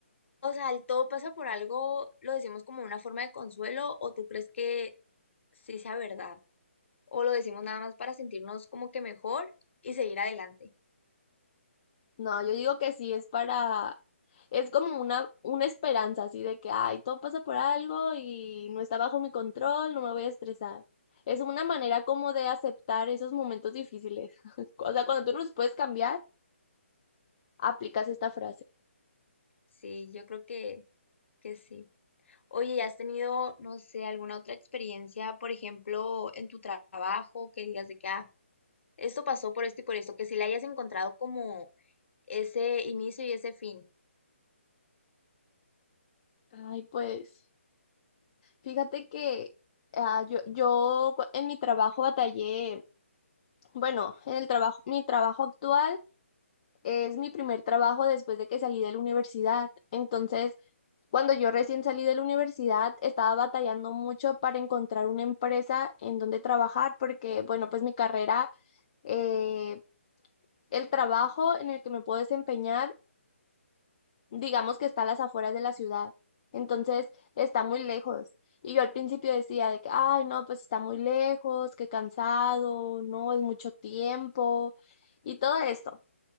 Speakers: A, on the left; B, on the left.
A: o sea, el todo pasa por algo, lo decimos como una forma de consuelo o tú crees que sí sea verdad o lo decimos nada más para sentirnos como que mejor y seguir adelante.
B: No, yo digo que sí, es para, es como una, una esperanza así de que, ay, todo pasa por algo y no está bajo mi control, no me voy a estresar. Es una manera como de aceptar esos momentos difíciles. <laughs> O sea, cuando tú no los puedes cambiar, aplicas esta frase.
A: Sí, yo creo que, que sí. Oye, ¿y ¿has tenido, no sé, alguna otra experiencia, por ejemplo, en tu trabajo, que digas de que, ah, esto pasó por esto y por esto, que si le hayas encontrado como ese inicio y ese fin?
B: Ay, pues Fíjate que ah, yo, yo cu- en mi trabajo batallé, bueno, en el trabajo, mi trabajo actual es mi primer trabajo después de que salí de la universidad. Entonces, cuando yo recién salí de la universidad, estaba batallando mucho para encontrar una empresa en donde trabajar, porque, bueno, pues mi carrera, eh, el trabajo en el que me puedo desempeñar digamos que está a las afueras de la ciudad, entonces está muy lejos. Y yo al principio decía de que, ay, no, pues está muy lejos, qué cansado, no, es mucho tiempo y todo esto.